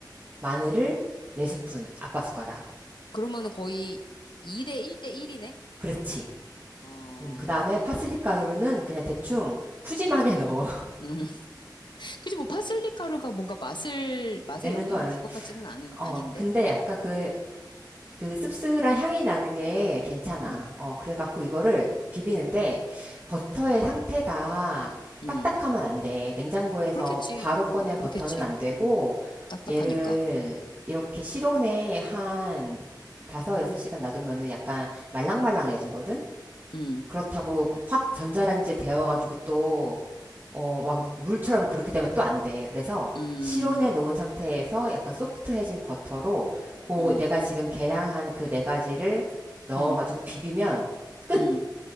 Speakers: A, on the right (about 25°); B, on the left (about 85°).
A: 마늘을 4스푼 아빠 숟가락.
B: 그러면은 거의 2대 1대 1이네?
A: 그렇지.
B: 어,
A: 음, 그 다음에 파슬리 가루는 그냥 대충 푸짐하게
B: 음,
A: <laughs> 넣어.
B: 음. <laughs> 그치, 뭐, 파슬리 가루가 뭔가 맛을, 맛에
A: 내는
B: 영향을
A: 건 아니고.
B: 줄 것 같지는 않은,
A: 어,
B: 아닌데.
A: 근데 약간
B: 어,
A: 그, 그 씁쓸한 향이 나는 게 괜찮아.
B: 음,
A: 어, 그래갖고 이거를 비비는데 버터의 상태가
B: 음.
A: 딱딱하면 안 돼. 냉장고에서
B: 그렇겠지.
A: 바로 꺼낸
B: 어, 그렇겠지.
A: 버터는 안 되고
B: 음, 딱딱하니까.
A: 얘를 이렇게 실온에 한 다섯 여섯 시간 놔두면은 약간 말랑말랑해지거든?
B: 음,
A: 그렇다고 확 전자레인지에 데워가지고 또, 어, 막 물처럼 그렇게 되면 또 안 돼. 그래서
B: 음,
A: 실온에 놓은 상태에서 약간 소프트해진 버터로 그
B: 음,
A: 내가 지금 계량한 그 네 가지를 넣어가지고
B: 음,
A: 비비면 끝!
B: 음.